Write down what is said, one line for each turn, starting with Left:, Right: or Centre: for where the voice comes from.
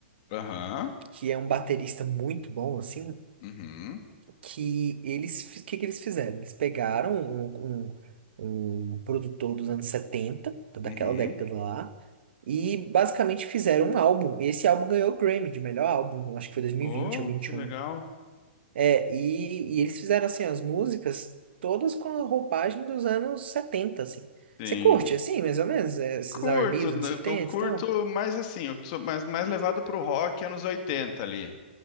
Left: Aham.
Right: que é um baterista muito bom, assim.
Left: Uhum.
Right: que eles, fi- que que eles fizeram? Eles pegaram um, um, um produtor dos anos 70 daquela
Left: Uhum.
Right: década lá, e basicamente fizeram um álbum. Esse álbum ganhou o Grammy de melhor álbum, acho que foi dois mil
Left: Oh,
Right: e vinte ou vinte
Left: que
Right: e
Left: legal.
Right: um É, e, e eles fizeram assim as músicas todas com a roupagem dos anos 70 assim.
Left: Sim.
Right: Você curte assim, mais ou menos, é, esses
Left: Curto,
Right: R&B dos
Left: né,
Right: anos 70
Left: eu curto
Right: e tal?
Left: mais assim, eu sou mais, mais levado pro rock anos 80 ali.